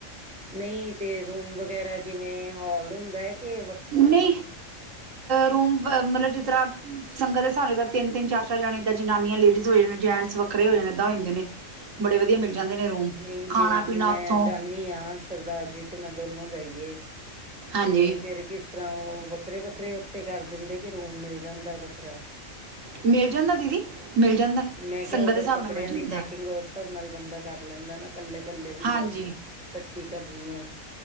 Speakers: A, in the centre; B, on the right.
A: ਨਂਈ ਤੇ ਰੂਮ ਵਗੈਰਾ ਕਿਵੇਂ ਹਾਲ ਹੁੰਦੈ ਕੇ
B: ਨਂਈ
A: ਹ
B: ਰੂਮ ਮਤਲਬ ਜਿਸ ਤਰ੍ਹਾਂ ਸੰਗਤ ਸਾਰੇ ਤਾਂ ਤਿੰਨ-ਤਿੰਨ ਚਾਰ-ਚਾਰ ਜਣੇ ਤਾਂ ਜਨਾਨੀਆਂ ਲੇਡੀਜ਼ ਹੋਏ ਨੇ ਜੈਂਟਸ ਵ ਵੱਖਰੇ ਹੋ ਜਾ ਨੇ ਦ ਹੋ ਜਾਂਦੇ ਨੇ ਬੜੇ ਵਧੀਆ ਮਿਲ ਜਾਂਦੇ ਨੇ ਰੂਮ
A: ਨਹੀਂ
B: ਖਾਣਾ
A: ਜਿਵੇਂ ਹੁਣ
B: ਪੀਣਾ
A: ਮੈਂ
B: ਉੱਥੋਂ
A: ਜਾੱਣੀ ਆਂ, ਸਰਦਾਰ ਜੀ ਤੇ ਮੈਂ ਦੋਨੋ ਜਾਈਏ
B: ਹਾਂਜੀ
A: ਤੇ ਫੇਰ ਕਿਸ ਤਂਰਾ ਓ ਵੱਖਰੇ-ਵੱਖਰੇ ਓੱਥੇ ਕਰ ਦਿੰਦੇ ਕੇ ਰੂਮ ਮਿਲ ਜਾਂਦੈ ਵੱਖਰਾ।
B: ਮਿਲ ਜਾਂਦਾ ਦੀਦੀ ਮਿਲ ਜਾਂਦਾ
A: ਮੈਂ ਕੇਆ
B: ਸੰਗਤ
A: ਓਹ ਫੇਰ
B: ਦੇ ਹਿਸਾਬ
A: ਕੱਪੜੇਆਂ
B: ਨਾਲ ਮਿਲ ਜਾਂਦਾ
A: ਦੀ ਪੈਕਿੰਗ ਉਸ ਸਾਬ ਨਾਲ ਬੰਦਾ ਕਰ ਲੈਂਦੈ ਨਾ ਕੱਲੇ-ਕੱਲੇ ਦੀ
B: ਹਾਂਜੀ
A: ਜਾਂ, ਕੱਠੀ ਕਰਨੀ ਐਂ।